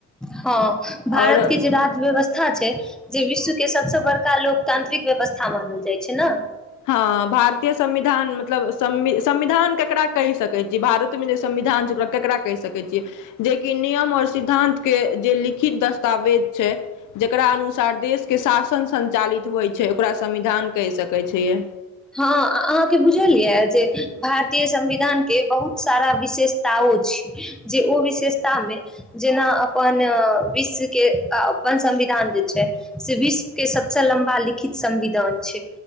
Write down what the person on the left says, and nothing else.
आओर
हां, भारतीय संविधान मतलब संविध संविधान ककरा कहि सकैत छियै, भारतमे जे संविधान छै ओकरा, ककरा कहि सकैत छियै जेकि नियम और सिद्धांत के जे लिखित दस्तावेज छै जेकरा अनुसार देश के शासन संचालित होइत छै ओकरा संविधान कहि सकैत छियै।